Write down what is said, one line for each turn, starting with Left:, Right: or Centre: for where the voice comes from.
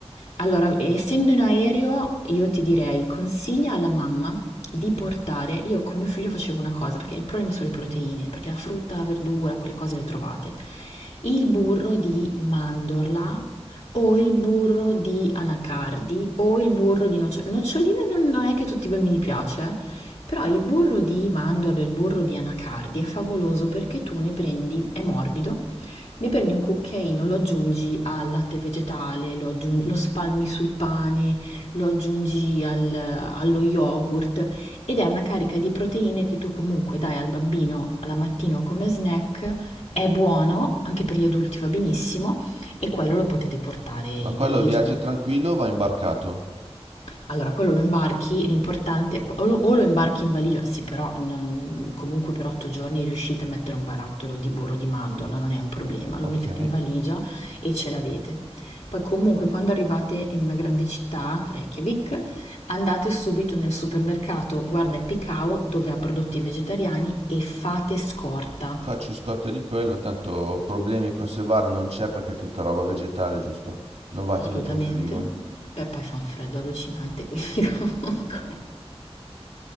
Left: allora, essendo in aereo, io ti direi, consiglia alla mamma di portare, io con mio figlio facevo una cosa, perché il problema sono le proteine, perché la frutta, la verdura, quelle cose le trovate, il burro di mandorla o il burro di anacardi o il burro di noccioline. Noccioline non, non è che a tutti i bambini piace, eh, però il burro di mandorla, il burro di anacardi è favoloso perché tu ne prendi, è morbido, ne prendi un cucchiaino, lo aggiungi al latte vegetale, lo aggiungi- lo spalmi sul pane, lo aggiungi al- allo yogurt ed è una carica di proteine che tu comunque dai al bambino la mattina o come snack. È buono, anche per gli adulti va benissimo e quello lo potete portare in
Right: Ma quello
Left: valigia.
Right: viaggia tranquillo, o va imbarcato.
Left: Allora, quello lo imbarchi, l'importante o lo, o lo imbarchi in valigia, sì, però non- comunque per otto giorni riuscite a mettere un barattolo di burro di mandorla, non è un problema,
Right: Ok.
Left: lo mettete in valigia e ce l'avete. Poi comunque quando arrivate in una grande città, Reykjavik, andate subito nel supermercato Guarda e Picao dove ha prodotti vegetariani e fate scorta,
Right: Faccio scotto di quello, tanto problemi a conservarlo non c'è perché è tutta roba vegetale, giusto? Non va tenuto
Left: assolutamente.
Right: in frigo.
Left: Beh, poi fa un freddo allucinante, quindi <laughs> comunque...